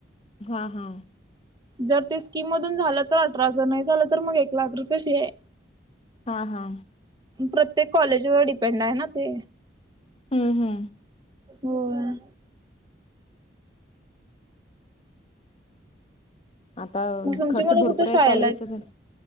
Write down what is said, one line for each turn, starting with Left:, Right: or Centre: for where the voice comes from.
Left: हा हा.
Right: जर ते स्कीम मधून झालं तर अठरा हजार नाही झालं तर मग एक लाख रुपये फी आहे.
Left: हा हा.
Right: प्रत्येक कॉलेज वर डिपेंड आहे ना ते.
Left: हम्म हम्म
Right: होय.
Left: आता
Right: मग तुमची
Left: खर्च
Right: मुलं
Left: भरपूर
Right: कुठे शाळेला
Left: आहे कॉलेजचा
Right: आहेत?